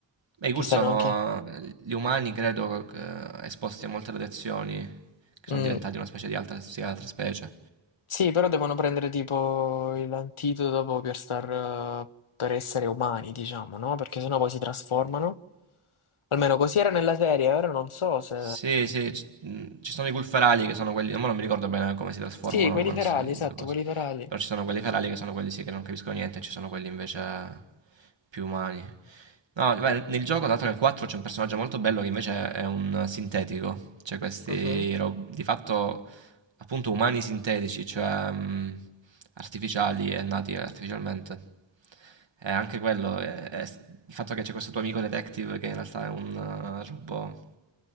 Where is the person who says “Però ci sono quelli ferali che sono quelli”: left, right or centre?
Right